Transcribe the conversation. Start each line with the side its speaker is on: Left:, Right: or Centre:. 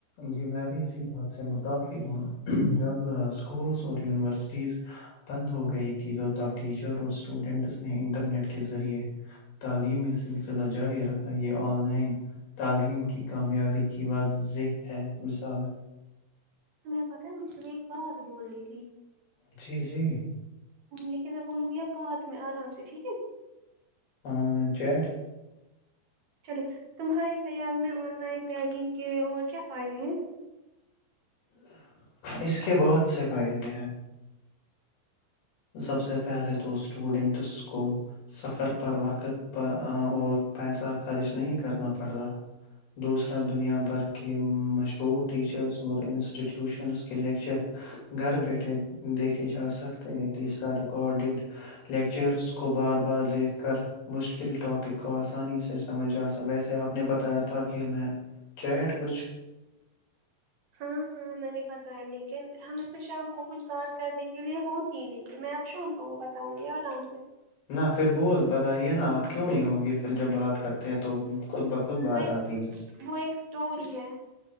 Left: جی میں بھی اسی بات سے متفق ہوں جب اسکولس اور یونیورسٹیز بند ہو گئی تھی تو تب ٹیچر اور اسٹوڈینٹس نے انٹرنیٹ کے ذریعے تعلیمی سلسلہ جاری رکھا یہ آن لائن تعلیم کی کامیابی کی واضح ہے مثال
Right: تمہیں پتاہ ہے مجھے تمہیت ایک بات بولنی تھی
Left: جی جی
Right: لیکن میں بولوں گی اب باد میں آرام سے ٹھیک ہے
Left: ہاں چیٹ
Right: چلیے تمہارے خیال میں آن لائن تعلیم کے اور کیا فائدے ہیں
Left: اس کے بہت سے فائدے ہیں سب سے پہلے تو اسٹوڈنٹس کو سفر پر وقت پر اور پیسہ خرچ نہیں کرنا پڑتا دوسرا دنیا بھر کے مشہور ٹیچرس اور انسٹیٹیوشنس کے لیکچر گھر بیٹھے دیکھے جا سکتے ہیں تیسرا ریکارڈیڈ لیکچرس کو بار بار دیکھ کر مشکل ٹاپک کو آسانی سے سمجھ آ سکتا ویسے آپ نے بتایا تھا کہ میں چیٹ کچھ
Right: ہاں ہاں میں نے بتایا لیکن ہم اس میں شام کو کچھ بات کرنے کے لیے ہو نہیں میں آپ شام کو وہ بتاؤں گی آرام سے
Left: نہ پھر بول بتائیے نا آپ کیوں نہیں ہوگے پھر جب بات کرتے ہیں تو خود بخود بات
Right: وہ ایک
Left: آتی ہے
Right: وہ ایک اسٹوری ہے